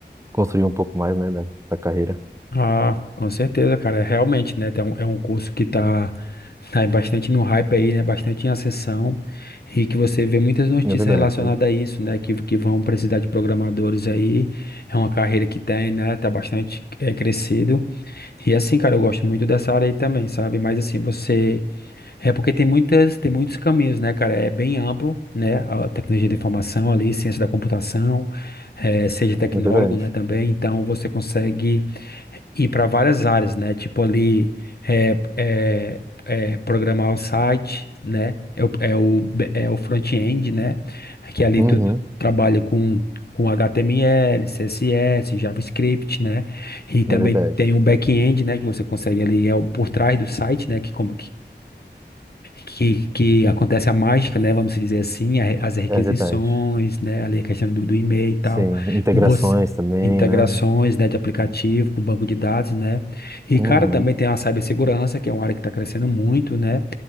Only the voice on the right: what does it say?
construir um pouco mais, né, da, da carreira.
É verdade,
é verdade.
Uhum,
é verdade,
é verdade.
Sim, integrações
também,
né?
Uhum.